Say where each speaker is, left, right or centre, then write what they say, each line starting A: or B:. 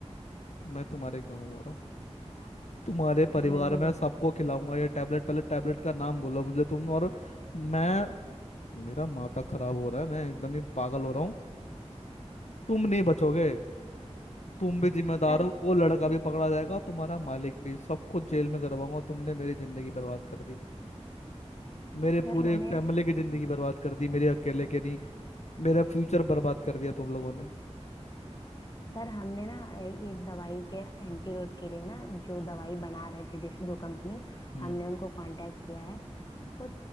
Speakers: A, on the left; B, on the left.
A: मैं तुम्हारे गाँव आ रहा हूँ तुम्हारे
B: सर
A: परिवार
B: मैं नहीं
A: में
B: बताऊँ
A: सबको खिलाऊंगा ये टैबलेट पहले टैबलेट का नाम बोलो मुझे तुम और मैं मेरा माथा खराब हो रहा है मैं एकदम ही पागल हो रहा हूँ तुम नहीं बचोगे तुम भी जिम्मेदार
B: सर
A: हो वो लड़का भी पकड़ा जाएगा तुम्हारा मालिक भी सबको जेल में करवाऊंगा तुमने मेरी जिंदगी बर्बाद कर दी मेरे
B: सर
A: पूरे
B: मैंने
A: फैमिली की जिंदगी बर्बाद कर दी मेरे अकेले के नहीं मेरा फ्यूचर बर्बाद कर दिया तुम लोगों ने
B: सर हमने ना अ, ये दवाई के एंटीरोड के लिए ना जो दवाई बना रहे थे जिस जो कंपनी
A: हम्म
B: हमने उनको कांटेक्ट किया है वो